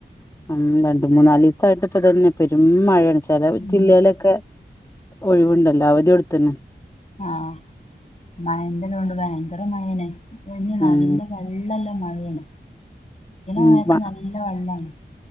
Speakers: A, on the left (about 15°); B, on the left (about 35°).
A: ഉം രണ്ട് മൂന്നാലീസായിട്ട് ഇപ്പ ഇതന്നെ പെരും മഴയാണ് ചെലേ
B: ഉം
A: ജില്ലയിലൊക്കെ ഒഴിവുണ്ടല്ലോ അവധി കൊടുത്ത്ണ്ണ്
B: ആഹ് മഴന്റെതോണ്ട് ഭയങ്കര മഴേണ് ഇനി നല്ല
A: ഉം
B: വെള്ളള്ള മഴേണ്
A: ഉം
B: മഴക്ക്
A: മ
B: നല്ല വെള്ളാണ്